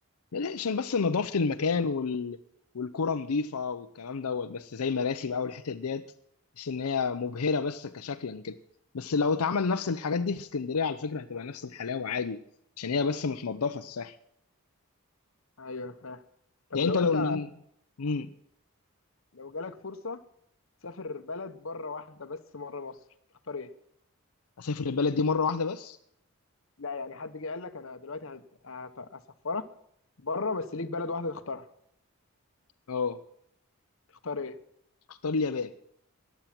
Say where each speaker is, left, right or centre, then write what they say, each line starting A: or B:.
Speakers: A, on the left (about 85°); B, on the left (about 65°).
A: لا، عشان بس نظافة المكان وال... والكرة نظيفة والكلام دوت بس زي مراسي بقى والحتت ديت بس إن هي مبهرة بس كشكلا كده بس لو اتعمل نفس الحاجات دي في اسكندرية على فكرة هتبقى نفس الحلاوة عادي عشان هي بس متنضفة الساحل
B: ايوه فاهم طب
A: يعني
B: لو
A: أنت لو
B: انت
A: امم
B: لو جالك فرصه تسافر بلد بره واحده بس مره مصر تختار ايه
A: أسافر البلد دي مرة واحدة بس
B: لا يعني حد جه قال لك انا دلوقتي هت- هت- هسفرك بره بس ليك بلد واحده تختارها
A: أه
B: تختار ايه
A: اختار اليابان